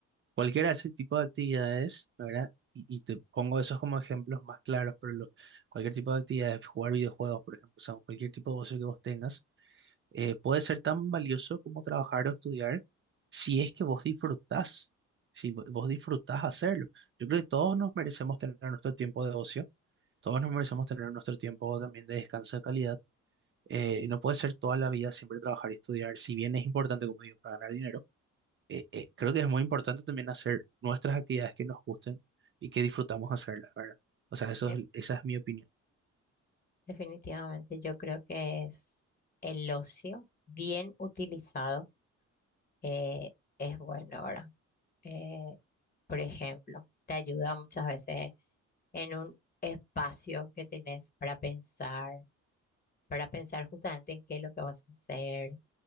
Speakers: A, on the right; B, on the left.
A: cualquiera de ese tipo de actividades, ¿verdad? Y, y te pongo esos como ejemplos más claros, pero lo- cualquier tipo de actividades, jugar videojuegos, por ejemplo, o sea, cualquier tipo de ocio que vos tengas eh, puede ser tan valioso como trabajar o estudiar si es que vos disfrutás, si vo- vos disfrutás hacerlo. Yo creo que todos nos merecemos tener nuestro tiempo de ocio, todos nos merecemos tener nuestro tiempo también de descanso de calidad. eh, y no puede ser toda la vida siempre trabajar y estudiar, si bien es importante, como digo, para ganar dinero, eh, eh, creo que es muy importante también hacer nuestras actividades que nos gusten y que disfrutamos hacerlas, ¿verdad? O sea, eso
B: Eh,
A: es- esa es mi opinión.
B: Definitivamente yo creo que es el ocio bien utilizado. eh, es bueno ahora. Eh, por ejemplo, te ayuda muchas veces en un espacio que tenés para pensar, para pensar justamente en qué es lo que vas a hacer,